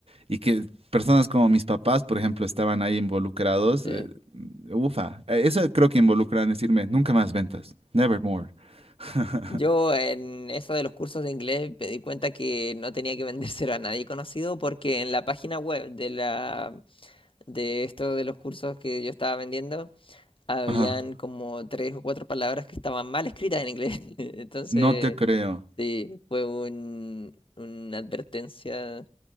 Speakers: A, on the right; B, on the left.
A: y que personas como mis papás, por ejemplo, estaban ahí involucrados,
B: sí.
A: eh, ufa, Eh, eso creo que involucran decirme, nunca más ventas, never more. <laughs>
B: Yo en eso de los cursos de inglés me di cuenta que no tenía que vendérselo a nadie conocido porque en la página web de la de esto de los cursos que yo estaba vendiendo habían
A: Ajá,
B: como tres o cuatro palabras que estaban mal escritas en inglés. <laughs> Entonces,
A: no te creo.
B: sí, fue un, una advertencia